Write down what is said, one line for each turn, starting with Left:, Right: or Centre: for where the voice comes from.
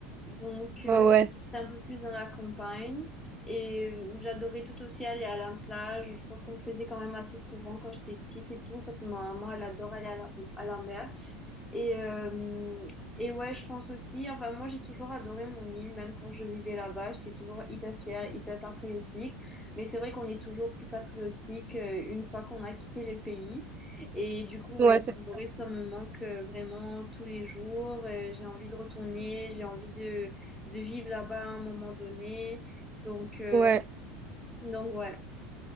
Centre: Donc, euh,
Right: Ouais, ouais.
Centre: j'étais un peu plus dans la campagne. Et euh, j'adorais tout aussi aller à la plage. Je pense qu'on le faisait quand même assez souvent quand j'étais petite et tout, parce que ma maman, elle adore aller à la, à la mer. Et, euh, et ouais, je pense aussi, enfin moi j'ai toujours adoré mon île, même quand je vivais là-bas, j'étais toujours hyper fière, hyper patriotique. Mais c'est vrai qu'on est toujours plus patriotique euh, une fois qu'on a quitté le pays. Et du coup,
Right: Ouais,
Centre: ouais,
Right: c'est
Centre: l'île
Right: sûr.
Centre: Maurice, ça me manque euh, vraiment tous les jours. Euh, j'ai envie de retourner, j'ai envie de, de vivre là-bas à un moment donné. Donc, euh,
Right: Ouais.
Centre: donc ouais.